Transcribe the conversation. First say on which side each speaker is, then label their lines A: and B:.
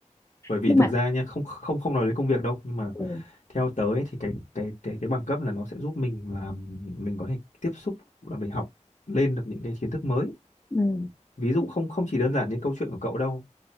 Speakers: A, on the left; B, on the left.
A: bởi vì
B: nhưng
A: thực
B: mà
A: ra nha không không không nói đến công việc đâu nhưng mà
B: ừ,
A: theo tớ ấy, thì cái cái cái cái bằng cấp là nó sẽ giúp mình là mình có thể tiếp xúc là mình học lên được những cái kiến thức mới
B: ừ,
A: ví dụ không không chỉ đơn giản như câu chuyện của cậu đâu